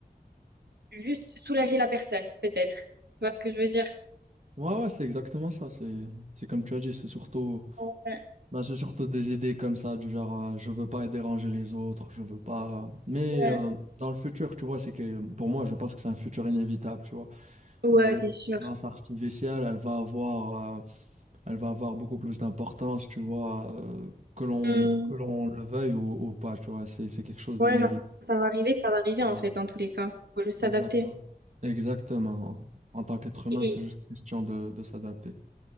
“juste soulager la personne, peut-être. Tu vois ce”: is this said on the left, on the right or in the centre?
Right